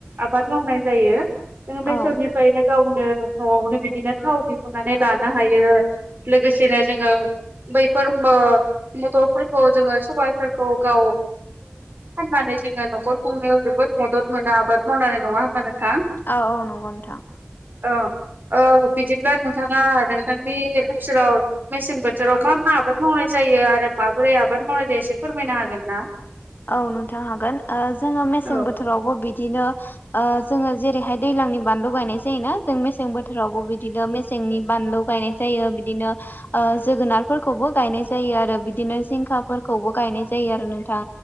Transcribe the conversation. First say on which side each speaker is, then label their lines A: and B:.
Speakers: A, on the right (about 50°); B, on the left (about 50°).
A: आबाद मावनाय जायो जोंङो बैसरनिफ्रायनो
B: औ
A: गाव न'आवनो बिदिनो थाव दिहुननानै लानो हायो लोगोसेनो जोङो बै फोर बो गथ'फोरखौ जोङो सबाइफोरखौ गाव फाननानै जोङो न'खर सुंनायाव जोबोद मदद मोनो आबाद मावनानै नङा होनबा नोंथां
B: औ औ नंगौ नोंथां
A: औ ओ बिदिब्ला नोंथाङा नोंथांनि ओनसोलाव मेसें बोथोराव मा मा आबाद मावनाय जायो आरो माबोरै आबाद मावनाय जायो एसे फोरमायनो हागोन ना?
B: औ नोंथां हागोन ओ जोङो मेसें
A: औ
B: बोथोरावबो बिदिनो ओ जोङो जेरैहाय दैज्लांनि बानलु गायनाय जायोना जों मेसें बोथोरावबो बिदिनो मेसें सेंनि बानलु गायनाय जायो बिदिनो ओ जोगोनारफोरखौबो गायनाय जायो आरो बिदिनो जिंखा फोरखौबो गायनाय जायो आरो नोंथां